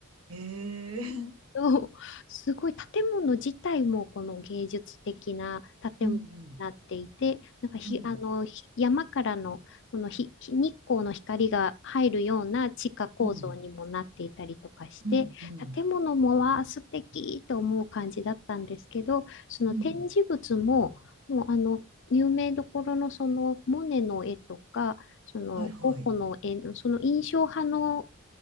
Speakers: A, on the right; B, on the left.
A: へえ、<laughs>
B: そうすごい建物自体もこの芸術的な建物になっていて、
A: うん、うん、
B: なんかひ、
A: うん、
B: あの、ひ山からのこのひ、ひ日光の光が入るような地下構造にもなっていたりとかして、
A: うん、うん、うん、
B: 建物もは素敵と思う感じだったんですけど、その展示物も、
A: うん、
B: もうあの、有名どころのそのモネの絵とか、そのゴッホの絵の、
A: はい、はい。
B: その印象派の